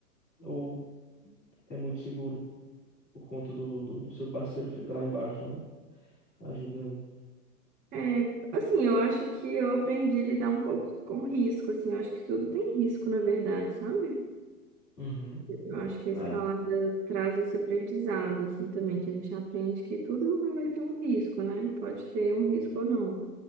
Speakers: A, on the left; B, on the right.
A: ou é muito seguro por conta do, do, do seu parceiro que fica lá embaixo, né? Ajudando.
B: É, assim, eu acho que eu aprendi a lidar um pouco com risco, assim, eu acho que tudo tem risco, na verdade, sabe?
A: Uhum.
B: Eu acho que a escalada
A: É,
B: traz esse aprendizado, assim, também, que a gente aprende que tudo vai ter um risco, né? Pode ter um risco ou não.